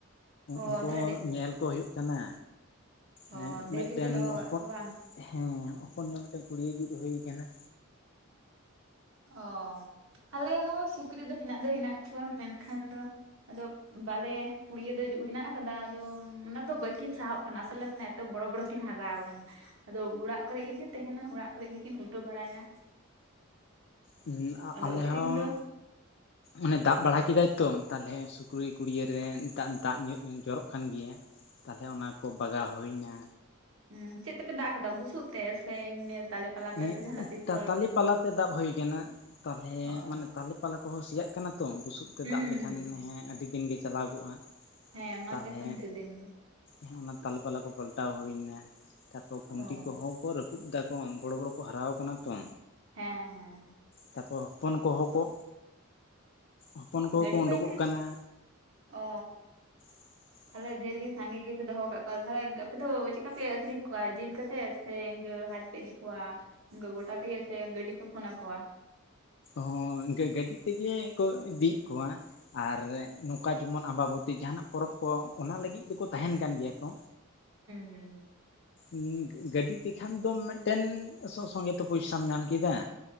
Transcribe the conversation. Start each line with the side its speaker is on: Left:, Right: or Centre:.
Right: ᱚ
Left: ᱩᱱᱠᱩ ᱦᱚ
Right: ᱟᱹᱰᱤ
Left: ᱧᱮᱞ ᱠᱚ ᱦᱩᱭᱩᱜ ᱠᱟᱱᱟ
Right: ᱚ
Left: ᱦᱮᱸ
Right: ᱰᱷᱮᱨ
Left: ᱢᱤᱜᱴᱮᱱ
Right: ᱜᱮᱯᱮ ᱫᱚᱦᱚ
Left: ᱦᱚᱯᱚᱱ
Right: ᱠᱟᱜ ᱠᱚᱣᱟ ᱵᱟᱝ
Left: ᱦᱮᱸ ᱦᱚᱯᱚᱱ ᱧᱚᱜ ᱢᱤᱫᱴᱮᱱ ᱠᱩᱲᱤᱭᱟᱹ ᱡᱩᱫ ᱦᱳᱭ ᱠᱟᱱᱟ
Right: ᱚᱻ ᱟᱞᱮ ᱦᱚ ᱥᱩᱠᱨᱤ ᱫᱚ ᱦᱮᱱᱟᱜ ᱫᱚ ᱦᱮᱱᱟᱜ ᱠᱚᱣᱟ ᱢᱮᱱᱠᱷᱟᱱ ᱫᱚ ᱟᱫᱚ ᱵᱟᱞᱮ ᱠᱩᱲᱭᱟᱹ ᱫᱚ ᱡᱩᱜ ᱦᱮᱱᱟᱜ ᱠᱟᱫᱟ ᱟᱫᱚ ᱚᱱᱟ ᱫᱚ ᱵᱟᱹᱠᱤᱱ ᱥᱟᱦᱚᱜ ᱠᱟᱱᱟ ᱟᱥᱚᱞᱮ ᱢᱟᱱᱮ ᱛᱚ ᱵᱚᱲᱚ ᱵᱚᱲᱚ ᱠᱤᱱ ᱦᱟᱨᱟᱣ ᱠᱟᱱᱟ ᱟᱫᱚ ᱚᱲᱟᱜ ᱠᱚᱨᱮ ᱜᱮᱠᱤᱱ ᱛᱮᱦᱮᱱᱟ ᱚᱲᱟᱜ ᱠᱚᱨᱮᱫ ᱜᱮᱠᱤᱱ ᱩᱴᱟᱹ ᱵᱟᱲᱟᱭᱟ
Left: ᱦᱩ
Right: ᱟᱫᱚ
Left: ᱟᱞᱮ
Right: ᱟᱹᱠᱷᱨᱤᱧ
Left: ᱦᱚᱸ
Right: ᱫᱚ
Left: ᱚᱱᱮ ᱫᱟᱜ ᱵᱟᱲᱟ ᱠᱮᱫᱟᱭ ᱛᱚ ᱛᱟᱞᱦᱮ ᱥᱩᱠᱨᱤ ᱠᱩᱲᱭᱟᱹᱨ ᱨᱮ ᱫᱟᱜ ᱫᱟᱜ ᱡᱚᱨᱚᱜ ᱠᱟᱱ ᱜᱮᱭᱟ ᱛᱟᱞᱦᱮ ᱚᱱᱟ ᱠᱚ ᱵᱟᱜᱟᱣ ᱦᱳᱭᱱᱟ
Right: ᱦᱩᱸ ᱪᱮᱫ ᱛᱮᱯᱮ ᱫᱟᱜ ᱠᱟᱫᱟ ᱵᱩᱥᱩᱜ ᱛᱮ ᱥᱮ ᱮᱢᱱᱤ ᱛᱟᱞᱮ ᱯᱟᱞᱟ
Left: ᱦᱮᱸ
Right: ᱛᱮ ᱥᱮ ᱡᱟᱦᱟᱱᱟᱜ ᱛᱤᱨᱯᱚᱞ
Left: ᱛᱟ-ᱛᱟᱞᱤ ᱯᱟᱞᱟ ᱛᱮ ᱫᱟᱵ ᱦᱳᱭ ᱠᱟᱱᱟ ᱛᱟᱞᱦᱮ
Right: ᱚ
Left: ᱢᱟᱱᱮ ᱛᱟᱞᱮ ᱯᱟᱞᱟ ᱠᱚᱦᱚ ᱥᱮᱭᱟᱜ ᱠᱟᱱᱟ ᱛᱚ ᱵᱩᱥᱩᱵ ᱛᱮ
Right: ᱦᱩᱸ
Left: ᱫᱟᱵ ᱞᱮᱠᱷᱟᱱ ᱦᱮᱸ ᱟᱹᱰᱤ ᱫᱤᱱ ᱜᱮ ᱪᱟᱞᱟᱣ ᱜᱚᱜᱼᱟ
Right: ᱦᱮᱸ ᱚᱱᱟᱛᱮ
Left: ᱛᱟᱞᱦᱮ
Right: ᱠᱷᱟᱱ ᱰᱷᱮᱨ ᱫᱤᱱ ᱜᱮ
Left: ᱦᱮ ᱚᱱᱟ ᱛᱟᱞᱮ ᱯᱟᱞᱟ ᱠᱚ ᱯᱟᱞᱴᱟᱣ ᱦᱳᱭ ᱱᱟ ᱛᱟᱨᱯᱚᱨ ᱠᱷᱩᱱᱴᱤ
Right: ᱚ
Left: ᱠᱚᱦᱚ ᱠᱚ ᱨᱟᱹᱯᱩᱫ ᱫᱟᱠᱚ ᱵᱚᱲᱟ ᱵᱚᱲᱚ ᱠᱚ ᱦᱟᱨᱟᱣ ᱟᱠᱟᱱᱟ ᱛᱚ
Right: ᱦᱮᱸ ᱦᱮᱸ
Left: ᱛᱟᱯᱚᱨ ᱦᱚᱯᱚᱱ ᱠᱚᱦᱚ ᱠᱚ ᱦᱚᱯᱚᱱ ᱠᱚᱦᱚᱸ
Right: ᱜᱟᱹᱰᱤ
Left: ᱠᱚ
Right: ᱯᱟᱹᱭ
Left: ᱩᱰᱩᱠᱚᱜ
Right: ᱠᱟ.
Left: ᱠᱟᱱᱟ
Right: ᱚᱻ
Left: <inaudible>
Right: ᱛᱷᱟᱞᱮ ᱫᱷᱮᱨ ᱜᱮ ᱥᱟᱸᱜᱮ ᱜᱮᱯᱮ ᱫᱚᱦᱚ ᱠᱟᱜ ᱠᱚᱣᱟ ᱛᱟᱞᱦᱮ ᱟᱯᱮ ᱫᱚ ᱪᱮᱜᱠᱟᱯᱮ ᱟᱠᱷᱨᱤᱧ ᱠᱚᱣᱟ ᱡᱮᱞ ᱠᱟᱛᱮ ᱥᱮ ᱤᱝᱠᱟᱹ ᱦᱟᱴ ᱯᱮ ᱤᱫᱤ ᱠᱚᱣᱟ ᱤᱝᱠᱟ. ᱜᱚᱴᱟ ᱛᱮᱜᱮ ᱥᱮ ᱜᱟᱹᱰᱤ ᱯᱮ ᱯᱷᱳᱱᱟ ᱠᱚᱣᱟ?
Left: ᱦᱚᱸ ᱤᱝᱠᱟᱹ ᱜᱟᱹᱰᱤ ᱛᱮᱜᱮ ᱠᱚ ᱤᱫᱤᱭᱮᱜ ᱠᱚᱣᱟ ᱟᱨ ᱱᱚᱝᱠᱟ ᱡᱚᱢᱚᱱ ᱟᱢᱵᱟᱵᱚᱛ ᱛᱤ ᱡᱟᱦᱟᱱᱟᱜ ᱯᱚᱨᱚᱵᱽ ᱠᱚ ᱚᱱᱟ ᱞᱟᱹᱜᱤᱫ ᱫᱚᱠᱚ ᱛᱟᱦᱮᱱ ᱠᱟᱱ ᱜᱮᱭᱟ ᱠᱚ
Right: ᱦᱩᱸ
Left: ᱩ ᱜᱟᱹᱰᱤ ᱛᱮᱠᱷᱟᱱ ᱫᱚ ᱢᱮᱜᱴᱮᱱ ᱥᱚ ᱥᱚᱸᱜᱮ ᱛᱮ ᱯᱩᱭᱥᱟᱢ ᱧᱟᱢ ᱠᱮᱫᱟ